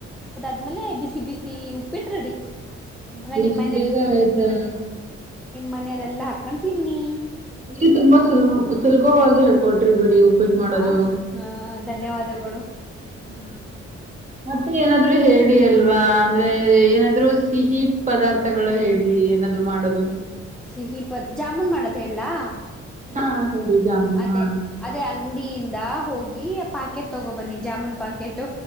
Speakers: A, in the centre; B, on the right.
A: ಆದ್ಮೇಲೆ ಬಿಸಿ ಬಿಸಿ ಉಪ್ಪಿಟ್ಟ ರೆಡಿ ಆಮೇಲೆ
B: ಬ್
A: ನಿಮ್
B: ಬೇಗ ಆಯ್ತು ಹ
A: ಮನೆಯರೆಲ್ಲಾ ಹಾಕೊಂಡ್ ತಿನ್ನಿ
B: ಅಲ್ಲಿ ತುಂಬಾ ಸುಲ ಸುಲಭವಾಗಿ ಹೇಳ್ಕೊಟ್ರಿ ಬಿಡಿ ಉಪ್ಪಿಟ್ಟು ಮಾಡೋದು
A: ಹ ಹ ಧನ್ಯವಾದಗಳು
B: ಹಾ ಮತ್ತೆ ಏನಾದ್ರು ಹೇಳಿ ಅಲ್ವಾ ಅಂದ್ರೆ ಏನಾದ್ರು ಸಿಹಿ ಪದಾರ್ಥಗಳು ಹೇಳಿ ಏನಾದ್ರು ಮಾಡೋದು
A: ಸಿಹಿಪತ್ ಜಾಮೂನ್ ಮಾಡೋದ್ ಹೇಳಲಾ
B: ಹಾ ಹೇಳಿ ಜಾಮೂನು
A: ಅದೇ
B: ಹಾ
A: ಅದೇ ಅಂಗಡಿಯಿಂದ ಹೋಗಿ ಪಾಕೆಟ್ ತಗೋಬನ್ನಿ ಜಾಮೂನ್ ಪಾಕೆಟ್